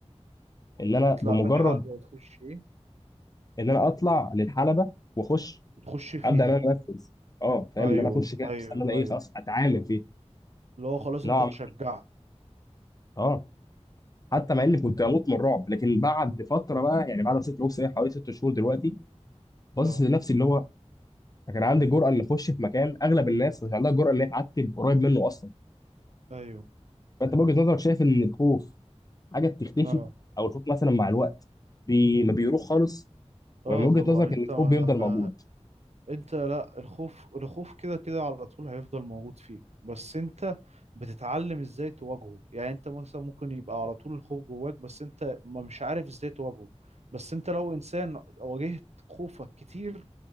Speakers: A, on the left; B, on the right.
A: ان انا
B: تطلع
A: بمجرد
B: من الحلبة وتخش ايه
A: ان انا اطلع للحلبه واخش
B: وتخش فيها
A: ابدا ان انا انفذ اه فاهم
B: ايوه
A: ان انا اخش كده
B: ايوه
A: بس ان انا ايه
B: ايوه
A: خلاص اتعامل فيه
B: اللي هو خلاص
A: نوعا
B: انت اتشجعت
A: ما اه حتى مع اني كنت هموت من الرعب لكن بعد فتره بقى يعني بعد ست بوكس ايه حوالي ست شهور دلوقتي باصص
B: اه
A: لنفسي اللي هو كان عندي جرأة اللي اخش في مكان اغلب الناس مش عندها جرأة اللي هي تعتب قريب منه اصلا
B: ايوه
A: فانت بوجهة نظرك شايف ان الخوف حاجة بتختفي
B: اه
A: او الخوف مثلا مع الوقت بي... ما بيروح خالص
B: اه
A: ومن وجهة
B: طبعا
A: نظرك
B: انت
A: ان الخوف
B: ما...
A: بيفضل موجود
B: انت لا الخوف الخوف كده كده على طول هيفضل موجود فيك بس انت بتتعلم ازاي تواجهه يعني انت مثلا ممكن يبقى على طول الخوف جواك بس انت ما مش عارف ازاي تواجهه بس انت لو انسان واجهت خوفك كتير